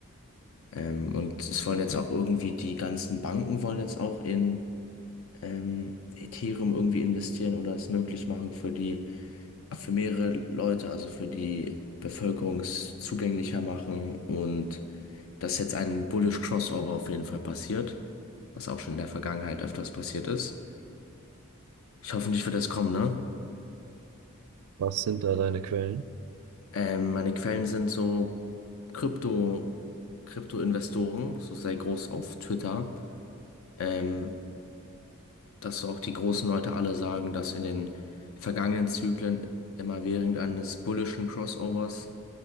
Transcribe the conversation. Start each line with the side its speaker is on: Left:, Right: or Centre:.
Left: Ähm, und es wollen jetzt auch irgendwie die ganzen Banken wollen jetzt auch in ähm, Ethereum irgendwie investieren oder es möglich machen für die, für mehrere Leute, also für die Bevölkerung es zugänglicher machen und dass jetzt ein Bullish Crossover auf jeden Fall passiert, was auch schon in der Vergangenheit öfters passiert ist. Ich hoffe nicht, wird das kommen, ne?
Right: Was sind da deine Quellen?
Left: Ähm, meine Quellen sind so Krypto, Krypto-Investoren, so sehr groß auf Twitter, ähm, dass auch die großen Leute alle sagen, dass in den vergangenen Zyklen immer während eines bullischen Crossovers